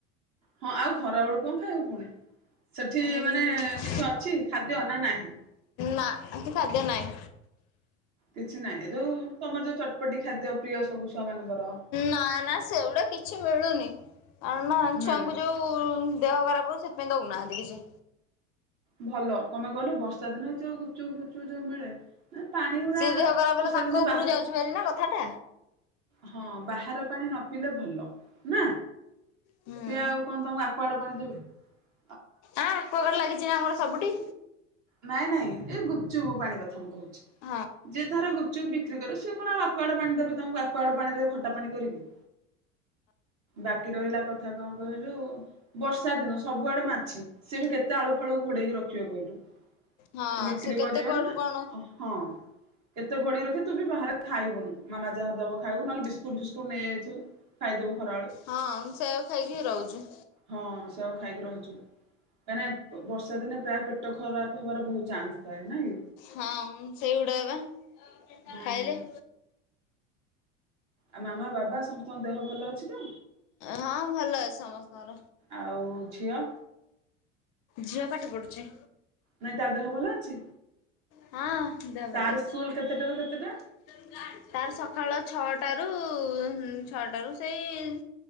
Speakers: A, on the right (about 45°); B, on the left (about 50°).
A: ହଁ ଆଉ ଖରାବେଳୁ କଣ ଖାଇବୁ ପୁଣି ସେଠି
B: ଉଁ
A: ମାନେ କିଛି ଅଛି ଖାଦ୍ୟ ନା ନାହିଁ?
B: ନା ହେଟି ଖାଦ୍ୟ ନାଇଁ।
A: କିଛି ନାଇଁ ଏ ଯୋଉ ତମର ଯୋଉ ଚଟପଟି ଖାଦ୍ୟ ପ୍ରିୟ ସବୁ ଛୁଆ ମାନଙ୍କର।
B: ନା ନା ସେଉଡା କି ଛି ମିଳୁନି କାରଣ ନା
A: ମିଳୁନି।
B: ଛୁଆଙ୍କୁ ଯୋଉ ଦେହ ଖରାପ ହଉ ସେଥିପାଇଁ ଦଉନାହାନ୍ତି କିଛି।
A: ଭଲ କମାଇ କହିଲ ବର୍ଷା ଦିନ ଯୋଉ ଗୁଚୁପ୍ ଫୁଚୁପ୍ ଯୋଉ ମିଳେ ପାଣି ଉଡା
B: ସିଏ ଦେହ ଖରାପ
A: ବର୍ଷା
B: ହେଲେ ତାଙ୍କ
A: ଦିନ
B: ଉପରକୁ
A: ବାହାରେ।
B: ଯାଉଛି ଭାରି ନା କଥାଟା।
A: ହଁ ବାହାର ପାଣି ନ ପିଇଲେ ଭଲ ନା।
B: ହୁଁ
A: ସିଏ ଆଉ କଣ ତମକୁ ଆକୁୁଆଡ ପାଣି ଦେବେ କି।
B: ଆଁ ଆକୁଆଗାଡ ଲାଗିଚି ନା ଆମର ସବୁଠି।
A: ନାଇଁ ନାଇଁ ଏ ଗୁପଚୁପ ପାଣି କଥା ମୁଁ କହୁଛି
B: ହଁ।
A: ଯେ ଧର ଗୁଚୁପ ବିକ୍ରି କରେ ସେ କଣ ଆଉ ଆକୁୁଆଡ ପାଣି ଦେବେ ତମକୁ ଆକୁଆଡ ପାଣି ରେ ଖଟା ପାଣି କରିକି। ବାକି ରହିଲା କଥା କଁ କହିଲୁ ବର୍ଷା ଦିନ ସବୁଆଡେ ମାଛି ସେ ବି କେତେ ଆଳୁ ଫାଳୁକୁ ଘୋଡେଇକି ରଖିବେ କହିଲୁ।
B: ହଁ
A: ସେ ବିକ୍ରି
B: କେତେ
A: କରିବେନା,
B: କୁଆଡୁ କଣ
A: ହଁ। କେତେ ଘୋଡେଇକି ରଖିଏ ତୁ ବି ବାହାରେ ଖାଇବୁନୁ ମାମା ଯାହା ଦବ ଖାଇବୁ ନହେଲେ ବିସ୍କୁଟ ଫିସ୍କୁଟ ନେଇଯାଇଥିବୁ। ଖାଇଦବୁ ଖରାଳୁ।
B: ହଁ ମୁ ସେୟାକୁ ଖାଇକି ହିଁ ରହୁଛି।
A: ହଁ ସେଆକୁ ଖାଇକି ରହିଯିବୁ କାହିଁକି ନା ବର୍ଷା ଦିନେ ପ୍ରାୟ ପେଟ ଖରାପ ହବାର ବହୁତ ଚାନ୍ସ ଥାଏ ନାଇଁ କି।
B: ହଁ ସେଇଉଡା ବା
A: ହଁ।
B: ଖାଇଲେ।
A: ଆଉ ମାମା ବାବା ସମସ୍ତଙ୍କ ଦେହ ଭଲ ଅଛି ତ?
B: ହଁ ଭଲ ଅଛି ସମସ୍ତଙ୍କର।
A: ଆଉ ଝିଅ।
B: ଝିଅ ପାଠ ପଢ଼ୁଛି।
A: ନାଇଁ ତା ଦେହ ଭଲ ଅଛି?
B: ହଁ ଦେହ
A: ତାର
B: ଭଲ ଅଛି।
A: ସ୍କୁଲ କେତେଟାରୁ କେତେଟା
B: ତାର ସକାଳ ଛଅଟା ରୁ ଛଅଟା ରୁ ସେଇ